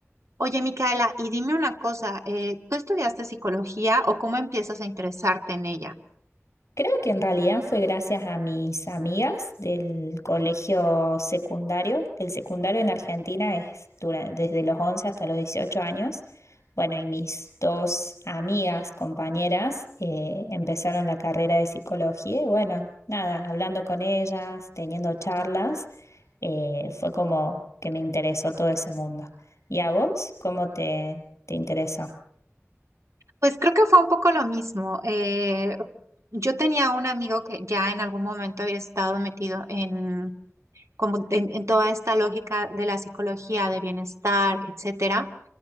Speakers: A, on the right (about 70°); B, on the left (about 70°).
A: Oye, Micaela, y dime una cosa, eh, ¿tú estudiaste psicología o cómo empiezas a interesarte en ella?
B: Creo que en realidad fue gracias a mis amigas del colegio secundario. El secundario en Argentina es dura- desde los 11 hasta los 18 años. Bueno, y mis dos amigas, compañeras, eh, empezaron la carrera de psicología y bueno, nada, hablando con ellas, teniendo charlas. eh, fue como que me interesó todo ese mundo. ¿Y a vos cómo te, te interesó?
A: Pues creo que fue un poco lo mismo. Eh, yo tenía un amigo que ya en algún momento había estado metido en, como en, en toda esta lógica de la psicología, de bienestar, etcétera.